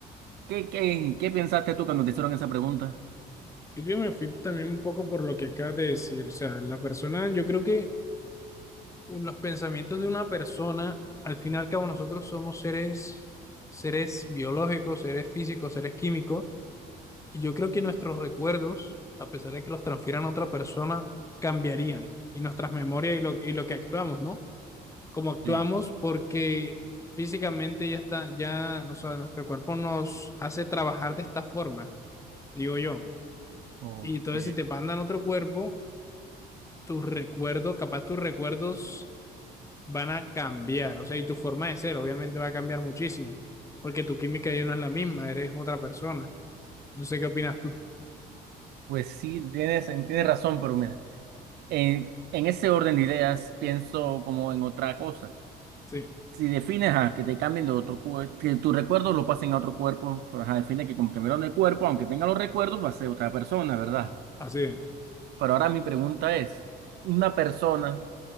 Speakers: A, on the right (about 70°); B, on the left (about 15°).
A: ¿qué, qué, qué pensaste tú cuando te hicieron esa pregunta?
B: Yo creo que me fui también un poco por lo que acabas de decir. O sea, la persona, yo creo que un- los pensamientos de una persona, al fin y al cabo, nosotros somos seres, seres biológicos, seres físicos, seres químicos, y yo creo que nuestros recuerdos, a pesar de que los transfieran a otra persona, cambiarían, y nuestras memorias y lo, y lo que actuamos, ¿no? Como actuamos,
A: sí.
B: porque físicamente ya está, ya, o sea, nuestro cuerpo nos hace trabajar de esta forma, digo yo.
A: Ok.
B: Y entonces, si te mandan a otro cuerpo, tus recuerdos, capaz tus recuerdos van a cambiar, o sea, y tu forma de ser obviamente va a cambiar muchísimo, porque tu química ya no es la misma, eres otra persona. No sé qué opinas tú.
A: Pues sí, tienes, tienes razón, pero mira, en, en ese orden de ideas pienso como en otra cosa.
B: Sí,
A: Si defines a que te cambien de otro cuerpo, que tus recuerdos lo pasen a otro cuerpo, pues ajá, define que como cambiaron de cuerpo, aunque tenga los recuerdos, va a ser otra persona, ¿verdad?
B: así es.
A: Pero ahora mi pregunta es, una persona